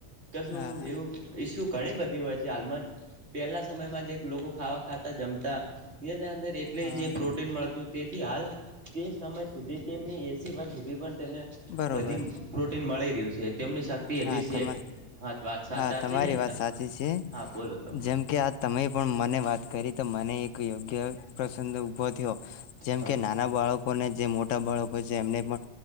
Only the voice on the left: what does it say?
હા હા
હા
બરોબર
હા
તમા
હા તમારી
વાત સાચી છે.
જેમ કે આ તમે પણ મને વાત કરી તો મને એક યોગ્ય પ્રસંગ ઉભો થ્યો. જેમ
કે નાના બાળ ને જે મોટા બાળકો છે એમને પણ